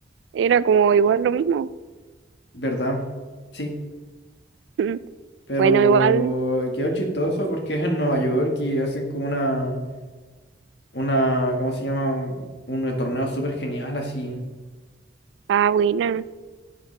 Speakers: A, on the right; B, on the left.
A: era como igual lo mismo.
B: ¿Verdad? Sí,
A: Mm.
B: pero
A: Bueno, igual.
B: quedó chistoso porque es en Nueva York y hacen como una, una, ¿cómo se llama? Un torneo súper genial así.
A: Ah, buena.